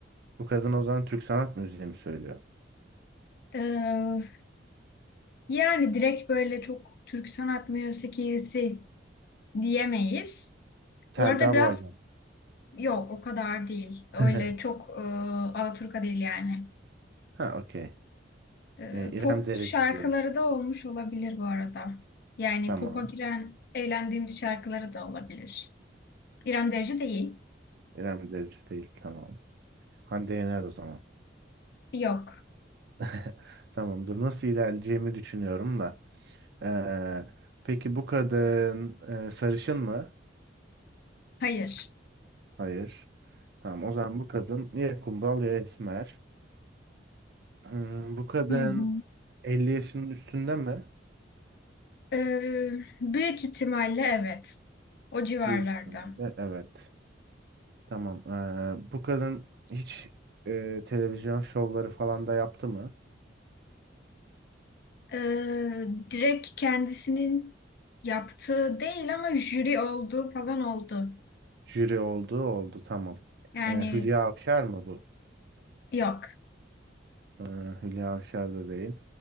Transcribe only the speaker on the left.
Ee, yani direkt böyle çok Türk sanat müziğisi diyemeyiz.
Bu arada biraz
yok o kadar değil. Öyle
çok e, Alaturka değil yani.
Ee,
pop
şarkıları
da olmuş olabilir bu arada. Yani
pop'a giren eğlendiğimiz şarkıları da olabilir. İrem Derici değil.
Yok.
Hayır.
Hı hı.
Ee, büyük ihtimalle evet. O civarlarda.
Ee, direkt kendisinin yaptığı değil ama jüri olduğu falan oldu.
Yani
yok.